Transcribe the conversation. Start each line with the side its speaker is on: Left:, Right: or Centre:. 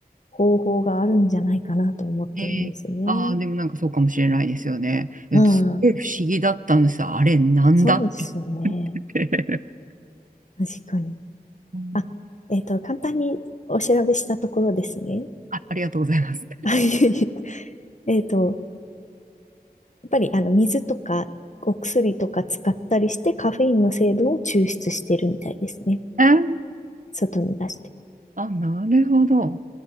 Left: 方法があるんじゃないかなと思ってるんですよね。
Right: えああー、でもなんかそうかもしれないですよね。えすごい不思議だったんですよ。
Left: うん。
Right: あれ、なんだっ
Left: そうですよね。
Right: て <laughs>
Left: 確かに。
Right: うん
Left: あ、えっと、簡単にお調べしたところですね。
Right: あありがとうございます。
Left: <laughs> あいえいええっと、やっぱりあの水とかお薬とか使ったりしてカフェインの成分を抽出してるみたいですね。
Right: えー
Left: 外に出して。
Right: あ、なるほど。